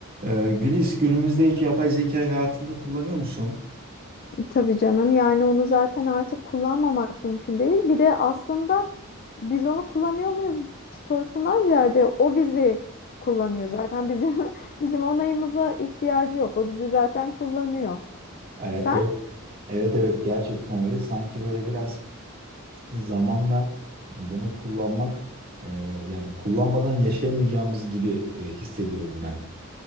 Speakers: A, on the right; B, on the left.
A: Ee, Gülis günümüzde hiç yapay zekayı hayatında kullanıyor musun?
B: Tabii canım yani onu zaten artık kullanmamak mümkün değil. Bir de aslında biz onu kullanıyor muyuz sorusundan ziyade o bizi kullanıyor. Zaten bizim <laughs> bizim onayımıza ihtiyacı yok. O bizi zaten kullanıyor.
A: Ee,
B: Sen?
A: Evet, evet evet gerçekten öyle. Sanki böyle biraz zamanla bunu kullanmak e, yani kullanmadan yaşayamayacağımız gibi e, hissediyorum ben.